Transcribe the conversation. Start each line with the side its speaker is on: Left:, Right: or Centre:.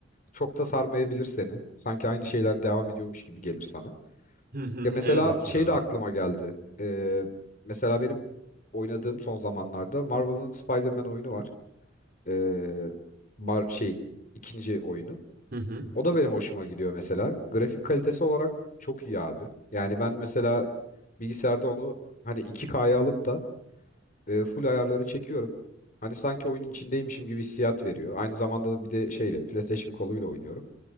Left: Çok da sarmayabilir seni. Sanki aynı şeyler devam ediyormuş gibi gelir sana.
Right: Hı hı,
Left: Ya mesela
Right: Ne yazık
Left: şey
Right: ya.
Left: de aklıma geldi. Ee, mesela benim oynadığım son zamanlarda Marvel'ın Spider-Man oyunu var. Ee, Mar şeyin ikinci oyunu.
Right: Hı hı.
Left: O da benim hoşuma gidiyor mesela. Grafik kalitesi olarak çok iyi abi. Yani ben mesela bilgisayarda onu hani 2K'ya alıp da e, full ayarları çekiyorum. Hani sanki oyunun içindeymişim gibi hissiyat veriyor. Aynı zamanda bir de şeyle PlayStation koluyla oynuyorum.